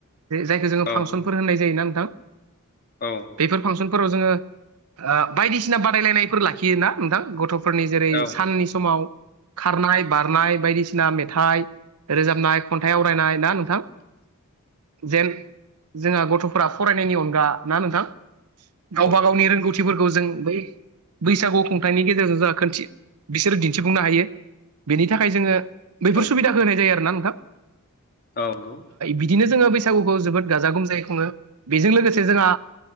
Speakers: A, on the right (about 85°); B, on the left (about 45°).
A: जायखौ जोङो
B: औ
A: फांसनफोरनाय
B: नंगौ
A: जायोना नोंथां
B: औ
A: बेफोर फांसन फोराव जोङो बायदिसिना बादायलायनायफोर लाखियोोना नोंथां गथ' फोरनि जेरै
B: औ
A: साननि समाव खारनाय बारनाय बायदिसिना मेथाइ रोजाबनाय खन्थाइ आवरायनाय ना नोंथां जेन जोंहा गथ'फोरा फरायनायनि अनगा ना नोंथां गावबा
B: औ
A: गावनि रोंगौथिफोरखौ जों बै बैसागु खं नि गेजेरजों जों खथि बिसोरो दिन्थिफुंनो हायो बेनि थाखाय जोङो बैफोर
B: औ
A: सुबिदाखौ होनाय जायो आरो ना नोंथां
B: औ नंगौ औ
A: बिदिनो जोङो बैसागुखौ जोबोद गाजा गोमजायै खुङो बेजों लोगोसे जोंहा